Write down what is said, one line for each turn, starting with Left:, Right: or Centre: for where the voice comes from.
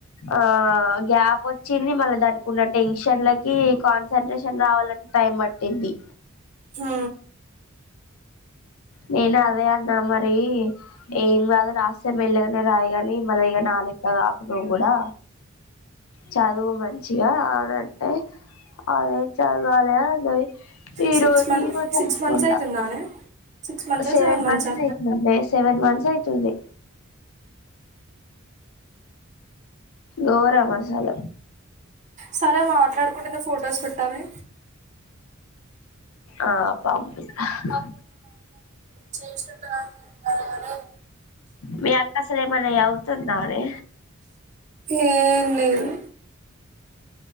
Left: ఆద్ గ్యాప్ వచ్చింది మళ్ళా దానికి ఉన్న టెన్షన్లకి కాన్సన్ట్రేషన్ రావాలన్ టైం పట్టింది
Right: హు
Left: నేను అదే అన్నా మరి ఏం కాదు రాస్తే మెల్లగానే రాయిగాని మళ్ళీ ఇగ నా మళ్ళీ ఇక్కడ వద్దు కూడా చదువు మంచిగా అని అంటే అదే చదవాలే అన్నది ఈ
Right: సిక్స్
Left: రోజు
Right: మంత్
Left: ఈ రోజు
Right: సిక్స్
Left: అనుకుంట
Right: మంత్స్ అయితుందానే సిక్స్ మంత్సా
Left: సెవెన్
Right: మంత్సా
Left: మంత్స్ పెట్టినం లే సెవెన్ మంత్స్ అయితుంది గోరం అసలు
Right: సరే మాట్లాడుకుంటనే ఫోటోస్ పెట్టు అవి
Left: ఆ పంపిస్తా పాం
Right: శేష్ట దారుణం కదా నే
Left: మీ అక్క అసలు ఏమన్నా చదువుతుందా నే
Right: ఏం లేదు